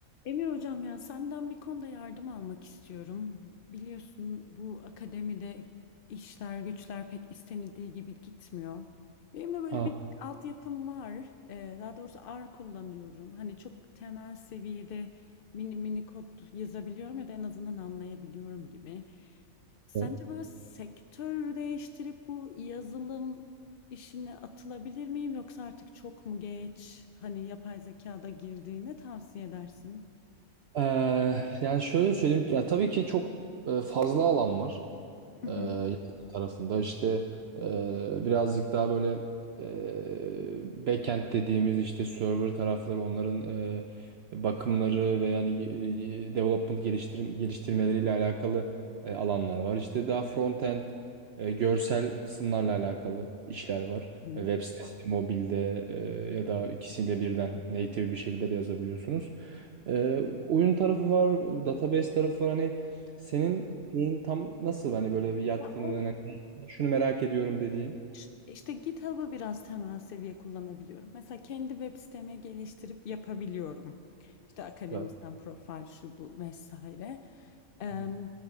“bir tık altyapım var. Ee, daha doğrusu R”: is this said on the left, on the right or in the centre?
Left